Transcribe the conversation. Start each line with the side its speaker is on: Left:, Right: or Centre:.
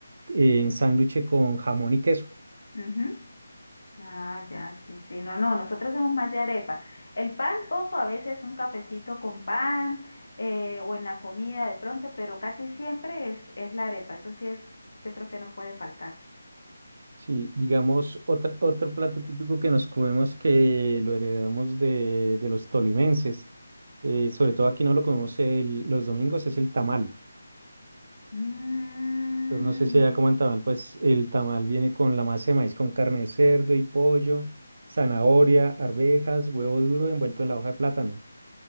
Right: en sándwich con jamón y queso.
Left: ujú. Ah, ya, sí, sí. No, no, nosotros somos más de arepa. El pan poco, a veces un cafecito con pan eh, o en la comida de pronto, pero casi siempre es, es la arepa. Eso sí es, yo creo que no puede faltar.
Right: Sí, digamos, otra- otro plato típico que nos comemos que lo heredamos de, de los tolimenses, eh, sobre todo aquí no lo comemos el- los domingos, es el tamal.
Left: Mm,
Right: Pues no sé si allá coman tamal, pues el tamal viene con la masa de maíz con carne de cerdo y pollo, zanahoria, arvejas, huevo duro envuelto en la hoja de plátano.